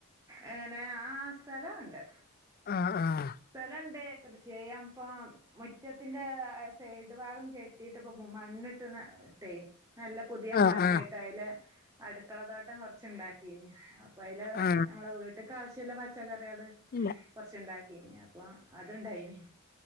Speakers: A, on the right; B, on the left.
A: എങ്ങനെ ആ സ്ഥലം ഒണ്ട്
B: ആഹ ആഹ
A: സ്ഥലുണ്ട് കൃഷി ചെയ്യാ ഇപ്പ മുറ്റത്തിന്റെ സൈഡ് ഭാഗം കെട്ടിട്ട് ഇപ്പ മണ്ണിട്ട് ഇട്ടേ നല്ല പുതിയ
B: ആ
A: മണ്ണായിട്ട്
B: ആ
A: അതില് അടുക്കള തോട്ടം കൊറച്ച് ഉണ്ടാക്കീന് അപ്പ അതില്
B: ആ
A: ഞമ്മള വീട്ടക്കാവവശ്യ ചില പച്ചകറി
B: ഇല്ല
A: കുറച്ചുണ്ടാക്കി ഇനിയപ്പം അതുണ്ടായിന്